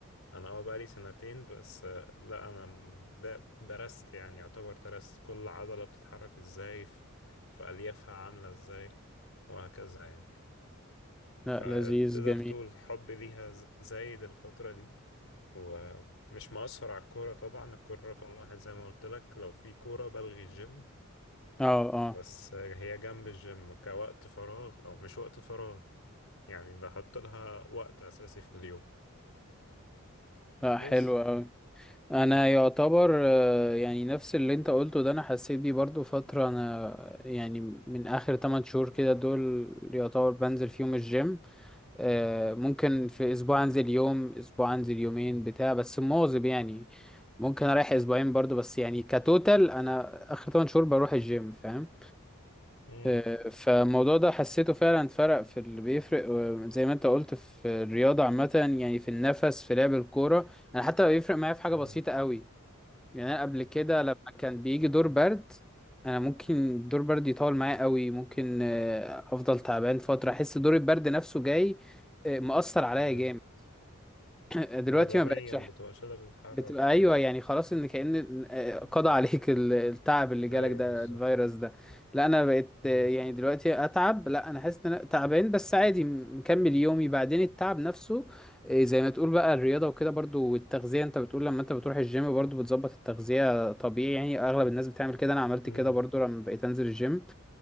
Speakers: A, on the left; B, in the centre.
A: انا اه بقالي سنتين بس آه، لا انا م- د- درست يعني يعتبر درست كل عضلة بتتحرك ازاي في في اليافها عاملة ازاي وهكذا يعني فتقدر
B: لا لذيذ جميل
A: تقول حبي ليها ز- زايد الفترة دي ومش مقصر على الكورة طبعا الكورة رقم واحد زي ما قلت لك لو في كورة بلغي الجيم
B: اه اه
A: بس آه، هي جنب الجيم كوقت فراغ او مش وقت فراغ يعني بحط لها وقت اساسي في اليوم
B: لا
A: بس
B: حلو اوي انا يعتبر آه، يعني نفس اللي انت قلته ده انا حسيت بيه برضو فترة انا يعني من اخر 8 شهور كده دول يعتبر بنزل فيهم الجيم آه، ممكن في اسبوع انزل يوم اسبوع انزل يومين بتاع بس مواظب يعني ممكن اريح اسبوعين برضو بس يعني كتوتال انا اخر 8 شهور بروح الجيم فاهم
A: امم
B: آه، فالموضوع ده حسيته فعلا فرق في اللي بيفرق آه، زي ما انت قلت في الرياضة عامة يعني في النفس في لعب الكورة انا حتى بيفرق معايا في حاجة
A: امم
B: بسيطة قوي يعني انا قبل كده لما كان بيجي دور برد انا ممكن دور برد يطول معايا قوي ممكن آه، افضل تعبان فترة احس دور البرد نفسه جاي آه، مأثر عليا
A: اي
B: جامد <laughs> دلوقتي
A: بدنيا
B: ما بقتش
A: بتبقاش قادر تتحرك
B: بتبقى ايوه يعني خلاص ان كأن آه، قضى عليك ال- التعب اللي جالك
A: ايوه
B: ده
A: بالظبط
B: الفيروس ده لا انا بقيت
A: امم
B: آه، يعني دلوقتي اتعب لا انا حاسس ان انا تعبان بس عادي م- مكمل يومي بعدين التعب نفسه آه، زي ما تقول بقى الرياضه وكده برضو والتغذيه انت بتقول لما انت بتروح الجيم برضو بتظبط التغذيه طبيعي يعني اغلب الناس بتعمل كده انا عملت
A: امم
B: كده برضو لما بقيت انزل الجيم